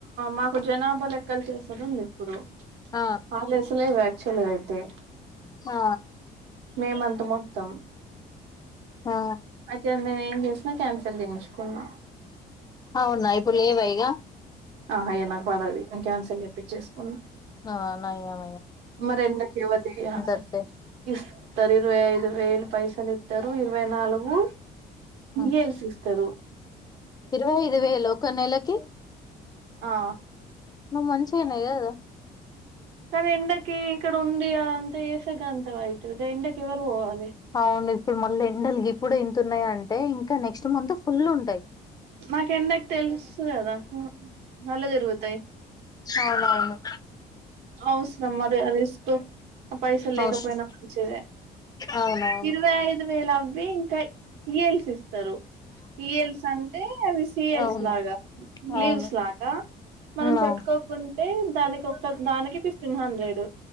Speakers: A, on the right (about 85°); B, on the left (about 25°).
A: మాకు జనాభా లెక్కలు చేసుడుంది ఇప్పుడు
B: ఆ!
A: ఆగస్టు పులే వ్యా చల అయితే
B: ఆ
A: మేమంత మొత్తం
B: ఆ!
A: అయితే మేం ఏం చేసిన కన్సల్ చేయించి కున్నా
B: అవునా ఇప్పుడు లేవా ఇగా
A: ఆహా ఏం నాకు పడది నేను క్యాన్సల్ చెప్పించేసుకున్నా
B: ఆ నయం
A: మరింతకీ ఎవరికి తెలియదా
B: వస్తాయి
A: ఇరువై ఐదు వేలు పైసలు ఇ ఇరవై నాలుగు
B: ఉమ్.
A: ఈయల్సి ఇస్తరు
B: ఇరవై ఐదు వేలు ఒక నెలకి
A: ఆ
B: నువ్ మంచిగున్నై కదా
A: కానీ ఎండ కి కీ ఇక్కడ ఉందిగా అంత చేసాగా అంత వైట్ ఎండకి ఎవరు పోవాలి
B: అవును ఇప్పుడు మళ్ళీ ఎండల్ గిప్పుడే ఇంతున్నయ్ అన్ అంటే ఇంకా నెక్స్ట్ మంత్ ఫుల్లు ఉంటయ్
A: నాకు ఎండకు తెలుసు కదా కళ్ళు తిరుగుతయి
B: అవునవును
A: అవసరమా రిస్క్ ఆ పైసల్ లేకపోయినా
B: అవస-
A: మంచిదే
B: అవునవును
A: ఇరవై ఐదు వేలు అవ్వి ఇంకా ఈయల్స్ ఇస్తరు ఈయల్స్ అన్ టే అవి సీయల్స్
B: అవును
A: లాగా
B: అవును
A: లీవ్స్ లాగా మనం
B: ఉమ్,
A: పెట్టుకోకున్ అంటే దానికి ఒక్క దానికి ఫిఫ్టీన్ హండ్రెడ్